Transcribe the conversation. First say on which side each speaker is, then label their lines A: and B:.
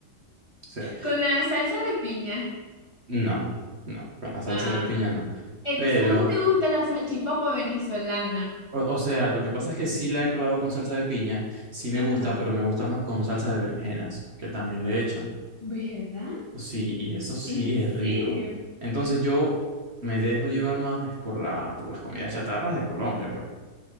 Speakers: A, on the right (about 40°); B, on the left (about 20°).
A: sea,
B: con la salsa de piña.
A: no, no, con la salsa
B: Ah.
A: de piña no.
B: Entonces,
A: Pero,
B: ¿a vos te gusta la salchipapa venezolana?
A: o, o sea, lo que pasa es que sí la he probado con salsa de piña, sí me
B: Ajá.
A: gusta, pero me gusta más con salsa de berenjenas, que también le echan.
B: ¿Verdad?
A: Sí, y eso sí
B: ¿En serio?
A: es rico. Entonces yo me dejo llevar más es por la, por las comidas chatarras de Colombia, pues.